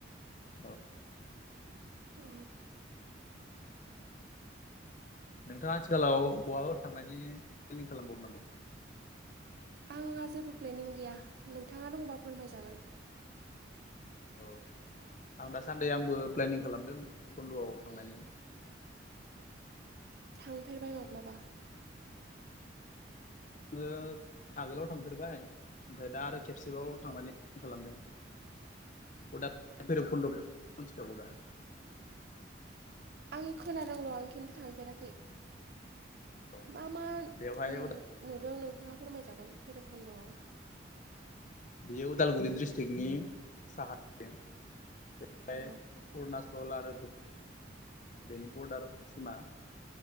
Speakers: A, on the left (about 40°); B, on the right (about 55°).
A: औ
B: औ
A: नोंथाङा आथिखालाव बहाबा थांनायनि प्लेनिं खालामबावदों नामा?
B: आंहा जेबो प्लेनिं गैया नोंथाङा दंबा फोरमायजागोन
A: औ आं दासान्दि आंबो प्लेनिं खालामदों कन्द'आव थांनायनि
B: थांफेरबाय माब्लाबा?
A: आङो आगोलाव थांफेरबाय ओमफ्राय दा आरो खेबसेबाव थांनायनि खालामदों। गद <unintelligible> बैराखनदखौ मिथिखागौदा?
B: आं खोनादोंल' आं खिन्थु थांफेराखै
A: औ
B: मा -मा
A: बेवहाय
B: उम नुदों नोंथाङा फोरमायजागोन भैरबखुन्द'आव
A: बियो उदालगुरि डिस्ट्रिक्नि साहाथिं बेवहाय
B: अ
A: अरुनाचल आरो बेनि बर्डार सिमा